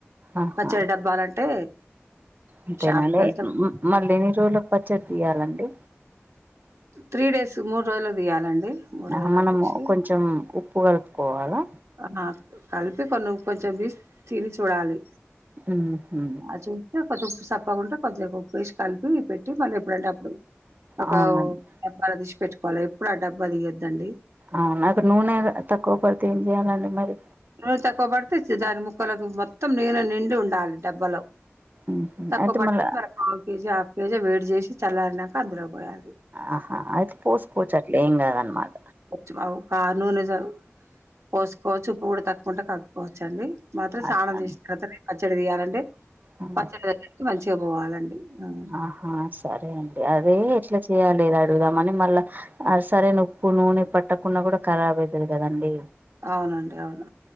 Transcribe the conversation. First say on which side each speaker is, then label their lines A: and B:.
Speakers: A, on the right; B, on the right.
A: ఆహా
B: పచ్చడి డబ్బాలంటే
A: అంతేనా
B: షాప్కి
A: అండి
B: వెళ్తే
A: మ్ మ్ మళ్ళ ఎన్ని రోజులకు పచ్చడి తీయాలండి
B: త్రీ డేస్ స్ మూడు రోజులకి తీయాలండి మూడు
A: ఆహా
B: రోజులకు
A: మనము
B: తీశి
A: కొంచెం ఉప్పు కలుపుకోవాలా
B: అఆ కలిపి కొన్ని కొంచెం తీసి తిని చూడాలి
A: ఉహు
B: ఆ చు చుస్ కొద్ది ఉప్పు సప్పగుంటే కొంచెం ఉప్పు ఎసి కలిపి పెట్టి మళ్ళీ ఎప్పుడంటే అప్పుడు అవు
A: అవునండి
B: డబ్బాలా దిషి పెట్టుకోవాలి ఎప్పుడు ఆ డబ్బా దియొదండి
A: అవునా అయితె నూనె ఆ తక్కువ పడితే ఏం చెయాలండి మరి
B: నూనె తక్కువ పడితే చి దాని ముక్కలకు మొత్తం నూనె నిండి ఉండాలి డబ్బలో
A: ఉహు
B: తక్కువ
A: అయితే
B: పడ్డప్పుడు
A: మళ్ళా
B: మరి కాల్ కేజీ హాఫ్ కేజీ వేడి చేసి చల్లారినంక అందులో పోయాలి
A: ఆహా అయితే పోసుకోవచ్చు అట్ల ఏం గాదనమాట
B: చ్చిమవు కార్ నూనె స పోసుకోవచ్చు ఉప్పు గూడ తక్కుంటే కలుపుకోవచ్చు అండి మాత్రం స్నానం
A: అట్లా
B: చేషిన తర్వాతనే పచ్చడి తీయాలండి
A: ఆ
B: పచ్చడి దెగ్గరికి మంచిగ పోవాలండి హ్మ్.
A: ఆహా సరే అండి అదే ఎట్ల చేయాలి అది అడుగుదామని మళ్ళ ఆ సరైన ఉప్పు నూనె పట్టకున్నా గూడ ఖరాబ్ అయితది కదండి
B: అవునండి అవును